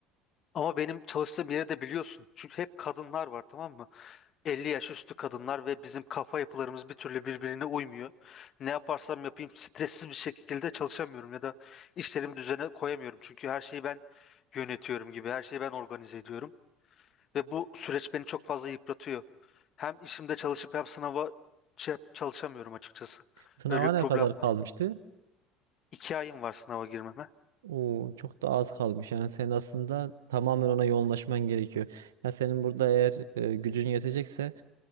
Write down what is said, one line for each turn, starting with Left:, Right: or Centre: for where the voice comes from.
Left: Ama benim çalıştığım yeri de biliyorsun. Çünkü hep kadınlar var tamam mı? 50 yaş üstü kadınlar ve bizim kafa yapılarımız bir türlü birbirine uymuyor. Ne yaparsam yapayım stressiz bir şekilde çalışamıyorum ya da işlerimi düzene koyamıyorum. Çünkü her şeyi ben yönetiyorum gibi, her şeyi ben organize ediyorum. Ve bu süreç beni çok fazla yıpratıyor. Hem işimde çalışıp hem sınava şey yap- çalışamıyorum açıkçası.
Right: Sınava
Left: Öyle
Right: ne
Left: bir problem
Right: kadar
Left: var.
Right: kalmıştı?
Left: İki ayım var sınava girmeme.
Right: Oo, çok da az kalmış. Yani senin aslında tamamen ona yoğunlaşman gerekiyor. Yani senin burada eğer e, gücün yetecekse